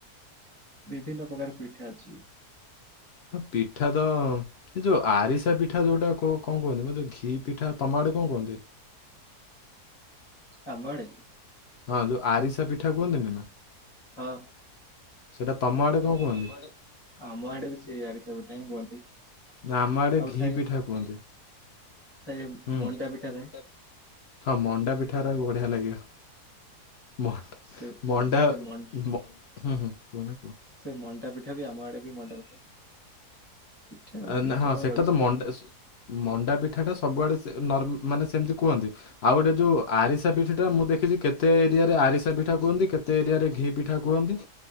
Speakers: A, on the left (about 20°); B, on the left (about 75°).
A: ବିଭିନ୍ନ ପ୍ରକାର ପିଠା ଅଛି।
B: ହଁ ପିଠା ତ ସେ ଯୋଉ ଆରିସା ପି ପିଠା ଯୋଉଟା କଣ କୁହନ୍ତି ବ ଘି ପିଠା ତମାଡେ କଣ କୁହନ୍ତି?
A: ଆମ ଆଡେ।
B: ହଁ ଯୋଉ ଆରିସା ପିଠା କୁହନ୍ତିନି ନା
A: ହଁ
B: ସେଇଟା ତମ ଆଡେ କଣ କୁହନ୍ତି?
A: ଆମ ଆଡେ ବି ସେଇ ଆରିସା ପିଠା ହିଁ କୁହନ୍ତି
B: ନା ଆମ ଆଡ଼େ
A: ଆଉ
B: ଘି
A: ଥାଏ
B: ପିଠା କୁହନ୍ତି।
A: ଥାଏ
B: ହୁଁ,
A: ମଣ୍ଡା ପିଠା
B: ହଁ
A: ଥାଏ
B: ମଣ୍ଡା ପିଠା ରା ବଢିଆ ଲାଗେ। ମ
A: ସେ
B: ମଣ୍ଡା
A: ସେ ମନ୍
B: ହୁଁ ହୁଁ କୁହନା କୁହ।
A: ସେ ମଣ୍ଡା ପିଠା ବି ଆମ ଆଡେ ବି ମଣ୍ଡା ପିଠା ପିଠା
B: ଆ,
A: ବିଭିନ୍ନ
B: ନା ହଁ
A: ପ୍ରକାର
B: ସେଟା
A: ଅଛି।
B: ତ ମଣ୍ଡା ମଣ୍ଡା ପିଠାଟା ସବୁଆଡେ ସେ ନର ମାନେ ସେମିତି। କୁହନ୍ତି ଆଉ ଗୋଟେ ଯୋଉ ଆରିସା ପିଠିଟା ମୁଁ ଦେଖିଛି କେତ କେତେ ଏରିଆରେ ଆରିସା ପିଠା କୁହନ୍ତି, କେତେ ଏରିଆରେ ଘି ପିଠା କୁହନ୍ତି।